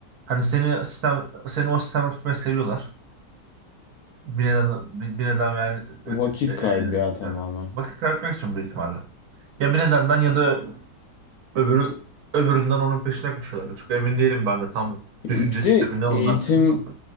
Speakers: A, on the right; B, on the left.
A: Hani seni sistem, seni o sistemde tutmayı seviyorlar. Bir neden, bir, bir neden yani,
B: Vakit
A: ö- e, e,
B: kaybı ya tamamen.
A: yani vakit kaybetmek için büyük ihtimalle. Ya bir nedenden ya da öbürü, öbüründen onun peşine koşuyorlar. Çok emin değilim ben de tam düşünce
B: E, Bir
A: sisteminden
B: de
A: onun
B: eğitim
A: arkasında.